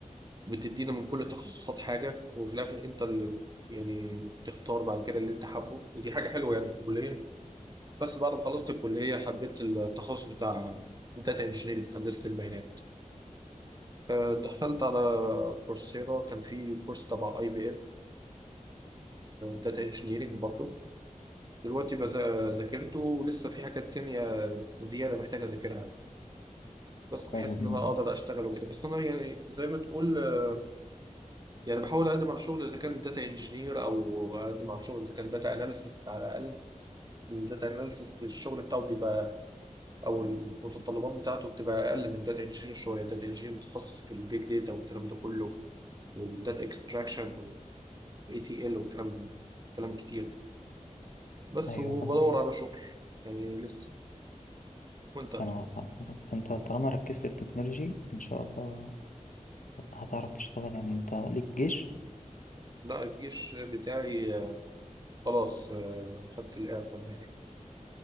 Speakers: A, on the right; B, on the left.
A: بتدينا من كل تخصصات حاجة وفي الآخر انت اللي يعني بتختار بعد كده اللي انت حابه ودي حاجة حلوة يعني في الكلية بس بعد ما خلصت الكلية حبيت التخصص بتاع داتا انجينيرنج هندسة البيانات آه، دخلت على كورسيرا كان في كورس تبع اي بي ام داتا انجينيرنج برضه دلوقتي بذا- ذاكرته ولسه في حاجات تانية زيادة محتاجة أذاكرها بس بحس
B: حلو
A: ان
B: جدا
A: انا اقدر اشتغل وكده بس انا يعني زي ما تقول آه، يعني بحاول اقدم على شغل اذا كان داتا انجينير او اقدم على شغل اذا كان داتا اناليسيست على الاقل الداتا اناليسيست الشغل بتاعه بيبقى او المتطلبات بتاعته بتبقى اقل من داتا انجينير شويه الداتا انجينير متخصص في البيج داتا والكلام ده كله والداتا اكستراكشن والاي تي ال والكلام كلام كتير ده بس
B: ايوه
A: وبدور
B: فاهم.
A: على شغل يعني لسه وانت
B: انا وفقت يا رب انت طالما ركزت في تكنولوجي ان شاء الله هتعرف تشتغل يعني انت ليك جيش
A: لا الجيش بتاعي آه، خلاص آه، خدت الاعفاء النهائي